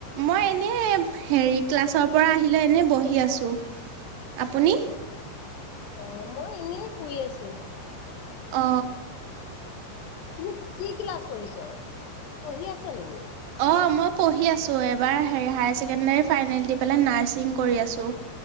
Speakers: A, on the right; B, on the left.
A: মই এনেই, হেৰি ক্লাছৰ পৰা আহিলে এনেই বহি আছো। আপুনি?
B: অ অ' মই এনেই শুই আছো।
A: অ।
B: তুমি কি ক্লাছ কৰিছ, পঢ়ি আছা নেকি?
A: অ' মই পঢ়ি আছো, এইবাৰ হায়াৰ ছেকেণ্ডাৰীৰ ফাইনেল দি পেলাই নাৰ্চিং কৰি আছো।